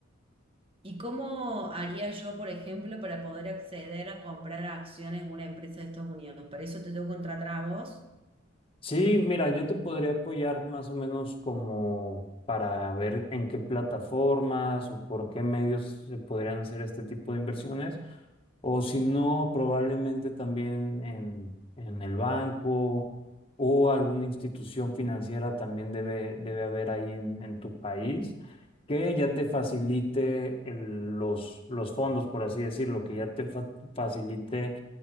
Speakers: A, on the right; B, on the left.
A: ¿Y cómo haría yo, por ejemplo, para poder acceder a comprar acciones de una empresa de Estados Unidos? ¿Para eso te tengo que contratar a vos?
B: Sí, mira, yo te podría apoyar más o menos como para ver en qué plataformas o por qué medios se podrían hacer este tipo de inversiones. O si no, probablemente también en, en el banco o alguna institución financiera también debe, debe haber ahí en, en tu país que ya te facilite el- los, los fondos, por así decirlo, que ya te fa- facilite